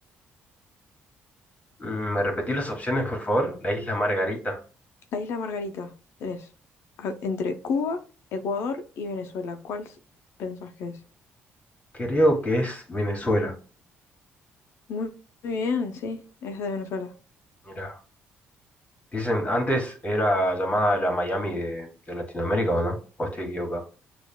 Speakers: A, on the left (about 30°); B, on the left (about 75°).
A: Mm, ¿Me repetí las opciones, por favor? La isla Margarita.
B: La isla Margarita. Tenés a- entre Cuba, Ecuador y Venezuela. ¿Cuál s- pensás que es?
A: Creo que es Venezuela.
B: Muy, muy bien, sí. Es de Venezuela.
A: Mira, Dicen, antes era llamada la Miami de, de Latinoamérica, ¿o no? ¿O estoy equivocado?